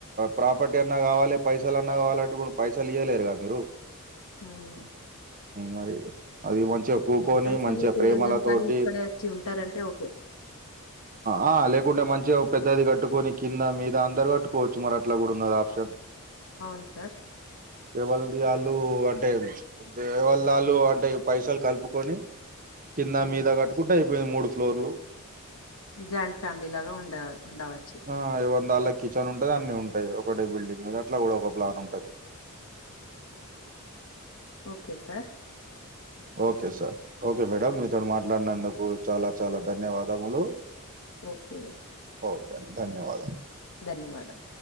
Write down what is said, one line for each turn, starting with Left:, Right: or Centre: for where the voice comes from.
Right: ప్రాపర్టీ అన్నా కావాలె పైసలన్నా కావాలంటే ఇప్పుడు పైసలు ఇవ్వలేరుగా మీరు
Left: ఉమ్
Right: మరి అది మంచిగా కూకోని
Left: పైసలైతే
Right: మంచిగా ప్రేమలతోటి
Left: ఇయ్యలేము కానీ ఇక్కడే అచ్చి ఉంటారంటే ఓకే.
Right: ఆ లేకుంటే మంచిగా పెద్దది కట్టుకొని కింద మీద అందరు కట్టు కోవచ్చు మరి అట్లా కూడా ఉన్నది ఆప్షన్
Left: అవును సార్.
Right: ఎవలది యాళ్ళు అంటే ఎవళ్ళు అంటే పైసలు కలుపుకొని కింద
Left: హ్మ్.
Right: మీద కట్టుకుంటే అయిపోయింది మూడు ఫ్లోర్లు
Left: జాయింట్ ఫ్యామిలీ లాగా ఉండ ఉండవచ్చు
Right: ఆ ఏవళ్ళది వాళ్ళు కి కిచెన్ ఉంటది అన్ని ఉంటాయి ఒకటే బిల్డింగ్ మీద అట్లా కూడా ఒక ప్లాన్ ఉంటది
Left: okay sir
Right: okay sir okay madam మీతో మాట్లాడినందుకు చాలా చాలా ధన్యవాదములు
Left: ఓకే
Right: ఓకే ధన్యవాదాలు
Left: ధన్యవాదం